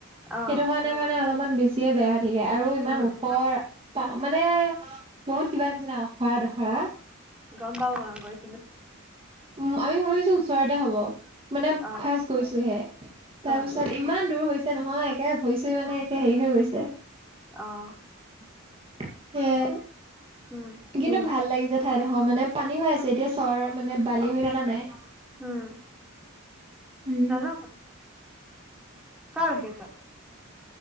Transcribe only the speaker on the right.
সেইটো কাৰণে মানে অলপমান বেছিয়ে বেয়া। আৰু ইমান
ওখৰ
প মানে। মোৰ কিবা নিচিনা। অখৰা দখৰা
অ'আমি ভাবিছোঁ ওচৰতে হ'ব মানে
ফাৰ্ষ গৈছোঁহে তাৰপিছত
ইমান দূৰ হৈছে নহয়, একে ভৰি চৰি মানে একে হেৰি হৈ গৈছে।
<inaudible>
কিন্তু ভাল লাগিছে ঠাইডোখৰ মানে পানী হৈ আছে এতিয়া চৰ মানে বালি হৈ থকা নাই।
উম